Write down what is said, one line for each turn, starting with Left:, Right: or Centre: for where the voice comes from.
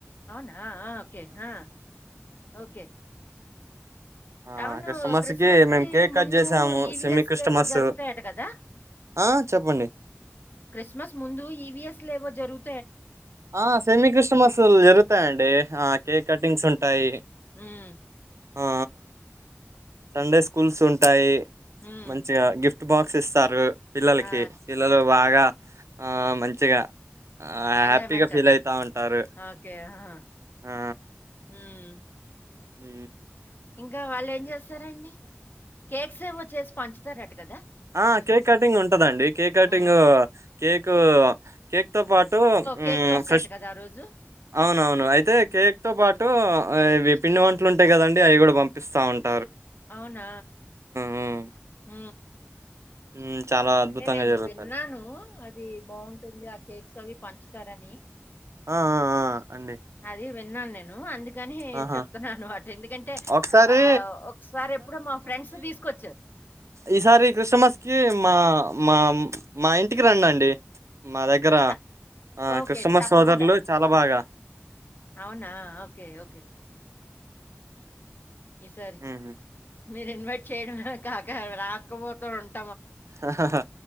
Left: అవునా ఆ ఓకే ఆ ఓకే
Right: ఆ
Left: అవును
Right: క్రిస్టమస్కి
Left: క్రిస్మస్ కి
Right: మేము కేక్ కట్
Left: ముందు
Right: చేసాము
Left: ఈవీఎస్
Right: సెమి క్రిస్టమస్
Left: లేవో జరుగుతాయట కదా
Right: ఆ చెప్పండి
Left: క్రిస్మస్ ముందు ఈవిఎస్ లో లేవో జరుగు
Right: ఆ సెమీ కృష్టమసుల్ జరుగుతాయండి ఆ కేక్ కటింగ్స్ ఉంటాయి
Left: హమ్
Right: ఆ సండే స్కూల్స్ ఉంటాయి
Left: ఉమ్,
Right: మంచిగా గిఫ్ట్ చ బాక్స్ ఇస్తారు పిల్లలకి
Left: ఆ
Right: పిల్లలు బాగా ఆ మంచిగా ఆ
Left: ఎంజాయ్మెంట్
Right: హ్యాపీగా ఫీల్ అయితా ఉంటారు
Left: ఓకే ఆ,
Right: ఆ
Left: ఉమ్.
Right: హ
Left: ఇంకా వాళ్ళు ఏం చేస్తారండి కేక్స్ ఏవో చేేసి పంచుతారట కదా
Right: ఆ కేక్ కటింగ్ ఉంటదండి కేక్ కటింగ్
Left: హ్మ్.
Right: కేక్ కేక్ తో పాటు
Left: కేకులు వస్తాయి
Right: ఫ్రెష్
Left: కదా రోజు
Right: అవునవును అయితే కేక్ తో పాటు విన్ని వంటలు ఉంటాయి కదండి అవి కూడా పంపిస్తా ఉంటాయి
Left: అవునా
Right: హ్మ్.
Left: హ
Right: హ్మ్. చాలా అద్భుతంగా
Left: అంటే నేను
Right: జరుగుతది.
Left: విన్నాను అది బాగుంటుంది ఆ కేక్స్ అవి పంచుతారని
Right: ఆ ఆ ఆ అండి
Left: అది విన్నాను నేను అండి కాని
Right: ఆహా!
Left: చెప్తున్నా అన్నమాట ఎందుకంటే
Right: ఒకసారి
Left: ఆ ఒకసారి ఎప్పుడో మా ఫ్రెండ్స్ తీసుకొచ్చారు
Right: ఈ సారి క్రిస్మస్ కీ మా మ మా ఇంటికి రండి ఆంటీ మా దగ్గర
Left: త
Right: ఆ
Left: ఓకే
Right: క్రిస్టమస్
Left: అండి. తప్పకుండా.
Right: సోదరులు చాలా బాగ
Left: అవునా ఓకే ఓకే ఈసారి
Right: హ్మ్. హ్మ్.
Left: మీరు ఇన్వైట్ చేయడం కాక రాకపోత ఉంట
Right: హా హాహా